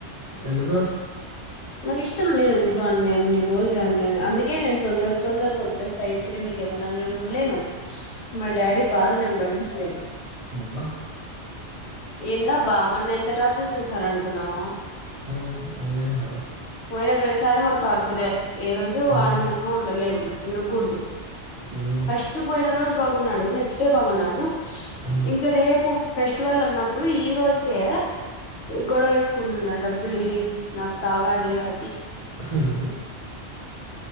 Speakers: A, on the right; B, on the left.
A: ఎందుకు
B: నాకు ఇష్టం లేదు ఇంట్లో అన్ని అన్ని రోజులు అ అందుకే నేను తొందర తొందరగా వచ్చేస్తా ఇప్పుడు ఇంటికి నేను ఉండలేను మా డాడీ బాధ నేను భరించలేను
A: అబ్బా
B: ఎంతా అబ్బా మొన్న ఎంత టార్చర్ చేశారు అనుకున్నాం,
A: హ ఏం చేసినాడు
B: పోయినా ప్రతిసారి మాకు టార్చర్ ఈరోజు
A: ఉమ్,
B: ఆనందంగా ఉండలేను ఉండకూడదు
A: ఉమ్,
B: ఫస్ట్ పోయిన రోజు, బాగున్నాడు నెక్స్ట్ డే బాగున్నాడు
A: ఉమ్,
B: ఇంక రేపు ఫెస్టివల్ ఆ ఇప్పుడు ఈ రోజుకే గొడవ కొంటున్నాడు డబ్బులుయినాకు తాగాలి, ఆ
A: um,